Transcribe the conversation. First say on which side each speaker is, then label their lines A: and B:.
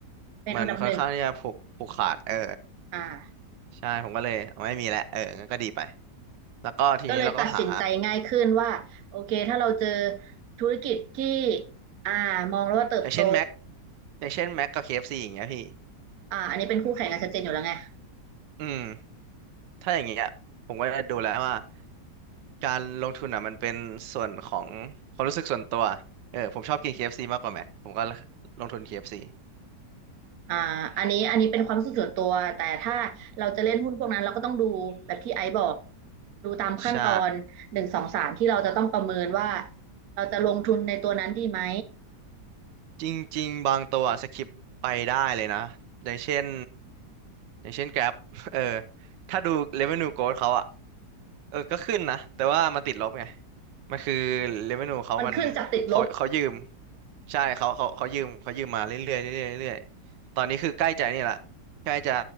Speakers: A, on the right; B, on the right.
A: เป็นอันดับหนึ่ง
B: มันค่อนข้างที่จะผูกผูกขาดเออ
A: อ่า
B: ใช่ผมก็เลยเอาไม่มีแล้วเอองั้นก็ดีไปแล้วก็ทีนี้เราก็หา
A: ก็เลยตัดสินใจง่ายขึ้นว่าโอเคถ้าเราเจอธุรกิจที่อ่ามองแล้วว่าเติบโต
B: อย่างเช่น Mac อย่างเช่น Mac กับเคเอฟซีอย่างเงี้ยพี่
A: อ่าอันนี้เป็นคู่แข่งกันชัดเจนอยู่แล้วไง
B: อืม ถ้าอย่างเงี้ยผมก็จะดูแล้วว่าการลงทุนอ่ะมันเป็นส่วนของความรู้สึกส่วนตัวเออผมชอบกิน KFC มากกว่าแม็กผมก็ลงทุน KFC
A: อ่าอันนี้อันนี้เป็นความรู้สึกส่วนตัวแต่ถ้าเราจะเล่นหุ้นพวกนั้นเราก็ต้องดูแบบที่ไอซ์บอกดูตามขั้นตอนหนึ่งสองสามที่เราจะต้องประเมินว่า
B: ใช่
A: เราจะลงทุนในตัวนั้นดีไหม
B: จริงๆบางตัวสคิปไปได้เลยนะอย่างเช่นอย่างเช่น Grab <laughs> เออถ้าดู revenue growth เขาอะเออก็ขึ้นนะแต่ว่ามันติดลบไงมันคือ revenue เขามัน
A: มันขึ้นจากติดลบ
B: เขาเขายืมใช่เขาเขาเขายืมเขายืมมาเรื่อยๆเรื่อยๆเรื่อยๆตอนนี้คือใกล้จะนี่ละใกล้จะ